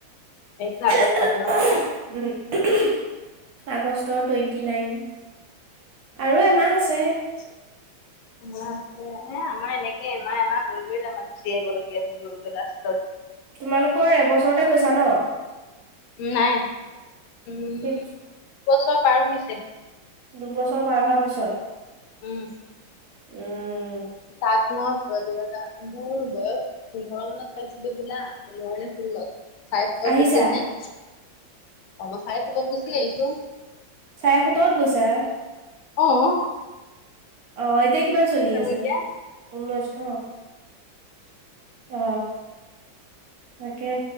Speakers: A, on the left (about 85°); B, on the right (about 55°).
A: এইটো আগষ্টত
B: হে
A: ন
B: অ উমহ। উম উ উ আগষ্টৰ টুৱেণ্টি নাইন। আৰু এমাহ আছে।
A: জি। আমাৰ আছে এই আমাৰ এনেকে এমাহ এমাহ গৈ গৈত আমাৰ গুচি আহিবলগীয়া হৈ গ'ল লাষ্টত।
B: তোমালোকৰ এবছৰতে গৈছা ন।
A: নাই উম
B: সেই
A: দু বছৰ পাৰ হৈছে।
B: দুবছৰ পাৰ হোৱাৰ পিছত।
A: উম।
B: উম।
A: চাগ মাহ দুহেজাৰ মোৰ বয়স। পোন্ধৰ মানত পাইছিলো বোলা পোন্ধৰ নে ষোল্লত। চাৰ ফুটত
B: আহিছা
A: গুচি অহা নাই নি অ মই চাৰ ফুটত গুচি আহিছো।
B: চাৰে সোতৰত গৈছা।
A: অঁ।
B: অ এতিয়া কিমান চলি আছে
A: মোৰ এতিয়া
B: ঊনৈশ ন। অ তাকে